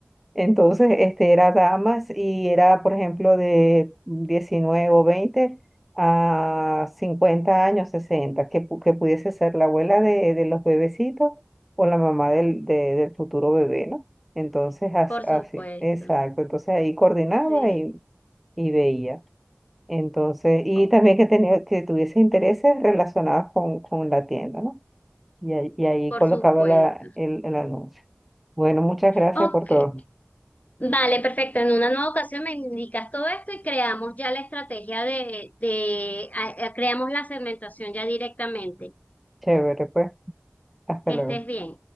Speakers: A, in the centre; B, on the left.
A: entonces, este, era damas y era, por ejemplo, de 19 o 20 a 50 años, 60 que, pu- que pudiese ser la abuela de, de los bebecitos o la mamá del, de- del futuro bebé, ¿no? Entonces, as-
B: por
A: así,
B: supuesto,
A: exacto. Entonces ahí coordinaba
B: sí,
A: y, y veía. Entonces, y
B: o-
A: también que, tenía, que tuviese intereses relacionados con, con la tienda, ¿no? Y ahí, y ahí
B: por
A: colocaba
B: supuesto.
A: la, el, el anuncio. Bueno, muchas gracias
B: Ok,
A: por todo.
B: vale, perfecto. En una nueva ocasión me indicas todo esto y creamos ya la estrategia de, de, a- a- creamos la segmentación ya directamente.
A: Chévere, pues. Hasta
B: Que
A: luego.
B: estés bien.